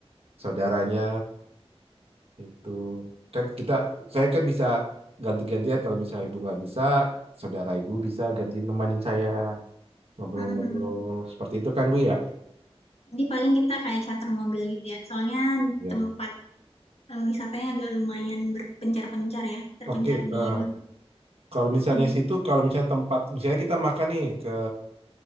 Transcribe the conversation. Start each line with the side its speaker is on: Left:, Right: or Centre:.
Right: saudaranya itu. Kan kita, saya kan bisa ganti-gantian kalau misalnya ibu nggak bisa, saudara ibu bisa ganti nemanin saya ngobrol-ngobrol
Left: Mhm.
Right: seperti itu kan Bu ya?
Left: Jadi paling kita kayak charter mobil gitu ya. Soalnya
Right: Ya.
Left: tempat eh, wisatanya agak lumayan berpencar-pencar ya. Terpencar
Right: Oke, eh,
Left: di... Ber-
Right: kalau misalnya
Left: Hmm.
Right: situ, kalau misalnya tempat, misalnya kita makan nih ke